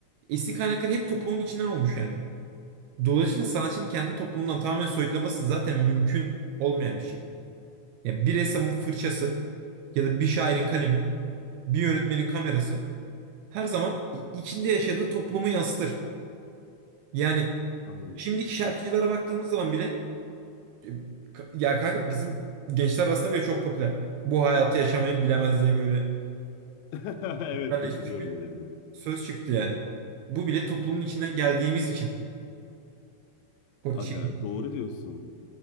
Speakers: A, on the right; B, on the left.
A: Esin kaynakları hep toplumun içinden olmuş yani. Dolayısıyla sanatçının kendi toplumundan tamamen soyutlaması zaten mümkün olmayan bir şey. Ya bir ressamın fırçası ya da bir şairin kalemi, bir yönetmenin kamerası her zaman i- içinde yaşadığı toplumu yansıtır. Yani
B: Anladım.
A: şimdiki şarkıcılara baktığımız zaman bile e, ka- ya kanka bizim gençler arasında bile çok popüler. Bu hayatı yaşamayın bilemez diye böyle
B: <laughs> Evet
A: popülerleşmiş
B: katılıyorum
A: bir
B: bu dediğine.
A: söz çıktı yani. Bu bile toplumun içinden geldiğimiz için. O
B: Aga
A: şey-
B: doğru diyorsun.